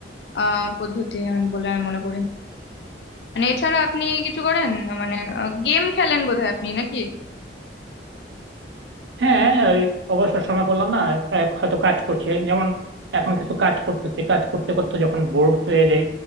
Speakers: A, on the left (about 70°); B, on the right (about 80°).
A: আহ পদ্ধতি আমি- বলে আমি মনে করি মানে এছাড়া আপনি কিছু করেন মানে গেম খেলেন বোধহয় আপনি নাকি
B: হ্যাঁ হ্যাঁ, ওই অবসর সময় বললাম না এক- হয়তো কাজ করছে যেমন এখন কিছু কাজ করতেছি কাজ করতে করতে যখন বোর্ড হয়ে যাই